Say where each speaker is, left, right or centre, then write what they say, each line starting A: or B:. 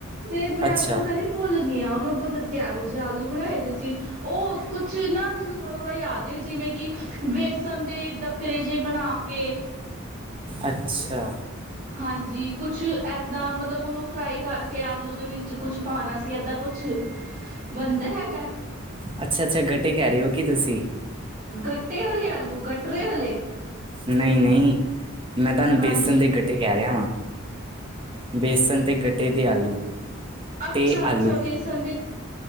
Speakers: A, on the right; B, on the right.
A: ਤੇ ਮੈਂ
B: ਅੱਛਾ
A: ਪਤਾ ਨੀ ਭੁੱਲ ਗਈ ਆਂ ਓਨੂੰ ਪਤਾ ਨੀ ਕਿਹੋ ਜਹੇ ਆਲੂ ਬਨਾਏ ਦੇ ਸੀ। ਓ ਕੁਛ ਨਾ ਮੈਨੂੰ ਥੋੜਾ-ਥੋੜਾ ਯਾਦ ਏ ਜਿਵੇਂ ਕਿ ਵੇਸਨ ਦੇ ਡੱ ਕਰੇ ਜੇ ਬਨਾ ਕੇ
B: ਅੱਛਾ।
A: ਹਾਂਜੀ ਕੁਛ ਐਦਾਂ ਮਤਲਬ ਓਨੂੰ ਫਰਾਈ ਕਰਕੇ ਆਲੂ ਦੇ ਵਿੱਚ ਕੁਛ ਪਾਣਾ ਸੀ ਐਦਾਂ ਕੁਛ ਬਨਦਾ ਹੈਗਾ।
B: ਅੱਛਾ-ਅੱਛਾ ਗੱਟੇ ਕੈ ਰਏ ਓਂ ਕੀ ਤੁਸੀਂ।
A: ਗੱਟੇ ਵਾਲੇ ਆਲੂ ਗਟਰੇ ਵਾਲੇ
B: ਨਈ-ਨਈ, ਮੈਂ ਤਾਨੂੰ
A: ਹਾਂਜੀ
B: ਬੇਸਨ ਦੇ ਗੱ ਕੈ ਰਿਆ ਵਾਂ, ਬੇਸਨ ਤੇ ਗੱਟੇ ਦੇ ਆਲੂ
A: ਅੱਛਾ-ਅੱਛਾ
B: ਤੇ ਆਲੂ
A: ਬੇਸਨ ਦੇ